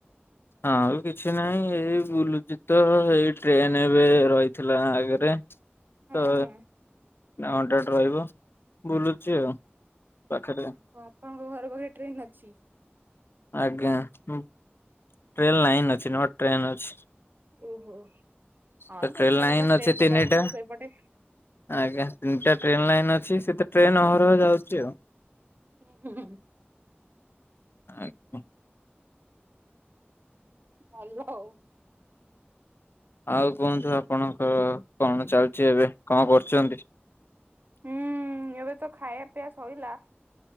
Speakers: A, on the left (about 65°); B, on the right (about 50°).
A: ଆଁଉ କିଛି ନାଇଁ ଏଇ ବୁଲୁଚି ତ ଏଇ ଟ୍ରେନେ ଏବେ ରହିଥିଲା ଆ ଘରେ ତ
B: ହଁ ହଁ।
A: ନା ଘଣ୍ଟାଟେ ରହିବ ବୁଲୁଚି ଆଉ ପାଖେରେ।
B: ଓ ଅପାଙ୍କ ଘର ପାଖେ ଟ୍ରେନ ଅଛି।
A: ଆଜ୍ଞା, ହୁଁ ଟ୍ରେନ୍ ଲାଇନ୍ ଅଛି ନଟ ଟ୍ରେନ୍ ଅଛି।
B: ଓହୋ, ହଁ
A: ତ
B: ସେ
A: ଟ୍ରେନ
B: ଏକାକଥା
A: ଲାଇନ୍ ଅଛି
B: ଟ୍ରେନ
A: ତିନିଟା।
B: ତ ଯାଉଥିବ ସେପଟେ।
A: ଆଜ୍ଞା, ତିନଟା ଟ୍ରେନ ଲାଇନ୍ ଅଛି ସେତ ଟ୍ରେନ ଅହରହ ଯାଉଚି ଆଉ।
B: ଉଁ ହୁଁ ହୁଁଁ
A: ଆଜ୍ଞା
B: ଭଲ ଆଉ।
A: ଆଉ କୁହନ୍ତୁ, ଆପଣଙ୍କ କଣ ଚାଲଚି ଏବେ କଣ କରୁଚନ୍ତି?
B: ହୁଁ, ଏବେ ତ ଖାଇବା ପିଇବା ସଇଲା।